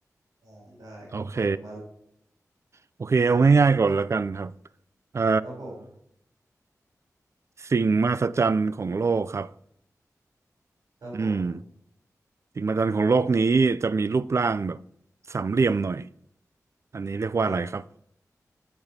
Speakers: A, on the right (about 85°); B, on the right (about 50°).
A: ได้ได้คุณต้นมา
B: โอเคโอเคเอาง่ายๆก่อนแล้วกันครับ
A: ได้ครับ
B: เอ่อ
A: ครับผม
B: สิ่งมหัศจรรย์ของโลกครับ
A: ครับผม
B: อืม สิ่งมหัศจรรย์ของโลกนี้จะมีรูปร่างแบบสามเหลี่ยมหน่อย อันนี้เรียกว่าอะไรครับ
A: ครับ